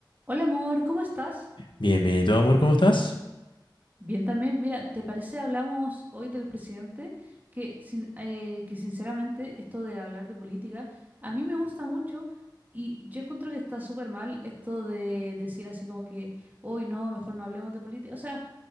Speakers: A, on the right; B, on the left.
A: Hola amor, ¿cómo estás?
B: Bien, bien, ¿y tú, amor, cómo estás?
A: Bien también. Mira, ¿te parece hablamos hoy del presidente? Que, sin- eh, que sinceramente esto de hablar de política a mí me gusta mucho y yo encuentro que está súper mal esto de decir así como que hoy no, mejor no hablemos de política. O sea,